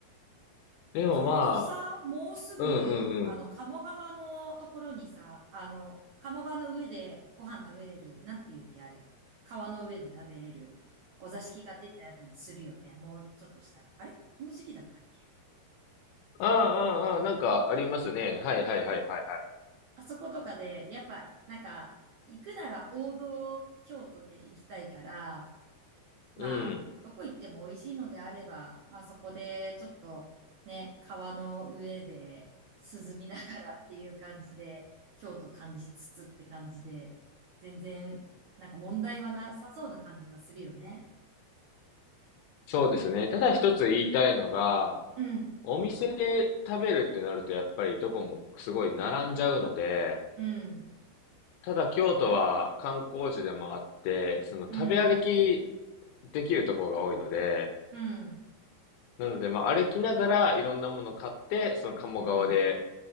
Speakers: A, on the left; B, on the right.
A: でもまあ、
B: ちょうどさ、もうすぐ、
A: うんうんうん。
B: あの、鴨川のところにさ、あの、鴨川の上でご飯食べれる、なんていうっけ、あれ。川の上で食べれる、お座敷が出たりするよね。もうちょっとしたら。あれこの時期だったっけ
A: ああ、ああ、ああ、なんかありますね。はいはいはいはいはい。
B: あそことかで、やっぱ、なんか、行くなら王道京都で行きたいから、まあ、
A: うん。
B: どこ行っても美味しいのであれば、まあそこでちょっとね、川の上で涼みながらっていう感じで、京都感じつつって感じで、全然なんか問題はなさそうな感じがするよね。
A: そうですね。ただ一つ言いたいのが、
B: うん、
A: お店で食べるってなるとやっぱりどこもすごい並んじゃうので、
B: うん、
A: ただ京都は観光地でもあって、その食べ歩き
B: うん、
A: できるところが多いので、
B: うん、
A: なので、まあ、歩きながらいろんなものを買って、その鴨川で
B: うん。